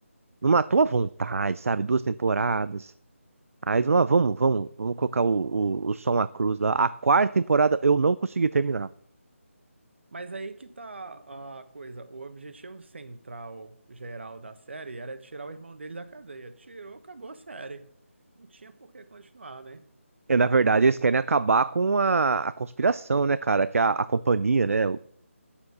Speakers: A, on the right (about 75°); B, on the right (about 55°).
A: não matou a vontade, sabe? Duas temporadas. Aí eles vão lá, vamos, vamos, vamos colocar o, o, o som à cruz lá. A quarta temporada eu não consegui terminar.
B: Mas aí que tá a coisa. O objetivo central, geral da série era tirar o irmão dele da cadeia. Tirou, acabou a série. Não tinha por que continuar, né?
A: E, na verdade, eles querem acabar com a, a conspiração, né, cara? Que é a, a companhia, né?